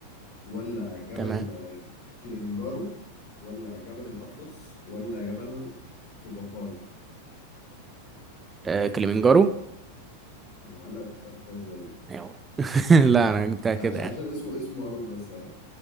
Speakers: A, on the left (about 40°); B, on the right (about 15°).
A: ولا جبل
B: تمام
A: آه، كيليمنجارو ولا جبل الأطلس ولا جبل طوبقال
B: آه، كليمنجارو
A: يا ولد عرفتها ازاي دي
B: أيوه <laughs> لا أنا جبتها
A: عشان
B: كده يعني
A: عشان اسمه اسمه معروف بس ها